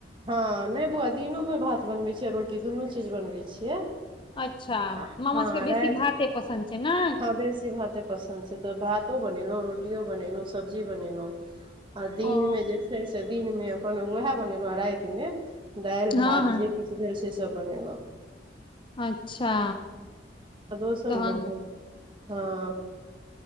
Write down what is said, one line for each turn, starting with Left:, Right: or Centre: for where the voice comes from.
Right: हँअ् नई बौआ दिनोमे भात बनबैइ छियै रोटी दुनू चीज बनबैइ छियै
Left: अच्छा
Right: आ
Left: मामा
Right: हं
Left: सबके बेसी
Right: राति
Left: भाते पसन्द छै ने
Right: हँ बेसी भाते पसन्द छैइ त भ भातो बनेेलों रोट रोटियो बनेलो सब्जी बनेलों आ दिन
Left: ओ
Right: में जे से दिन में अपन वएह बनेलों राति में दालि
Left: हँ
Right: भात
Left: हँ
Right: जे किछु भेल से सब बनेलहुँ
Left: अच्छा
Right: दो सए
Left: तहन
Right: किलो है हँ <unintelligible>